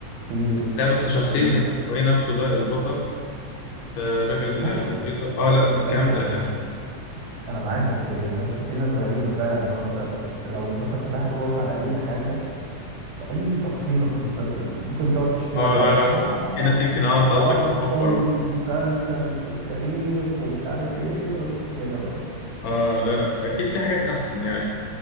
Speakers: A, on the right; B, on the left.
A: في
B: لا بس شخصيه
A: بيتكلموا
B: اللي اسمه ايه نفسه ده البطل آه الراجل
A: ماشي
B: آه، اسمه
A: يعني
B: ايه ده
A: مستحيل-
B: اه لا جامده
A: ماشي انا
B: جامده
A: انا معاك بس يا اسطى في ناس غريبة فعلا لو انت لو مثلا فتحت بوقك على اي حاجة في اي تفصيلة في المسلسل ممكن تقعد تشتمك
B: اه لا
A: عادي
B: لا
A: اللي هو آه ده
B: في ناس يمكن اه انت
A: افضل
B: قصدك بتأفور بقى
A: مسلسل في التاريخ ومش عارف ايه وكده بقى
B: اه لا لا اكيد في حاجات احسن يعني